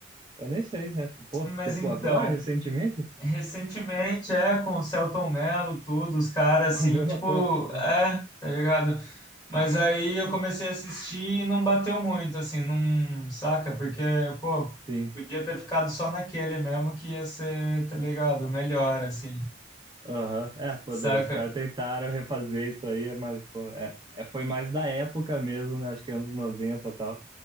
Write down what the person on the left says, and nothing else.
mas
então,
recentemente, é, com o Selton Mello, tudo, os caras,
assim,
tipo,
é, tá ligado? Mas aí eu comecei a assistir e não bateu muito, assim, não, saca? Porque, pô,
podia ter ficado só naquele mesmo que ia ser, tá ligado? Melhor, assim,
saca?